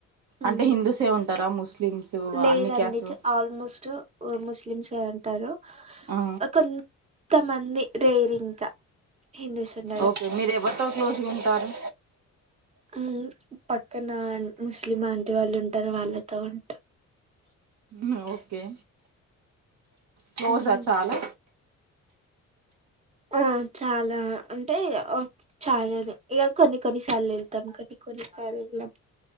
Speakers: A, on the right; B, on the right.
A: ఉమ్
B: అంటే హిందూసే ఏ ఉంటారా ముస్లిమ్స్
A: లేదండి
B: అన్ని క్యాస్ట్
A: చ- ఆల్మోస్ట్ ముస్లింసే ఉంటారు
B: ఆ
A: కోన్ త మంది రేరింకా హిందూస్ ఉండడం
B: ఓకే మీరు ఎవరితో క్లోజ్గ్ ఉంటారు
A: వ్మ్ పక్కన ముస్లిం ఆంటి వాళ్ళు ఉంటారు వాళ్ళతో ఉంటా
B: న ఓకే క్లోజా
A: ఉమ్
B: చాలా
A: ఆ చాలా అంటే చాలదు ఇగ కొన్ని కొన్ని సాల్ ఏళ్లుతాము కొన్ని కొన్ని సాల్ అలా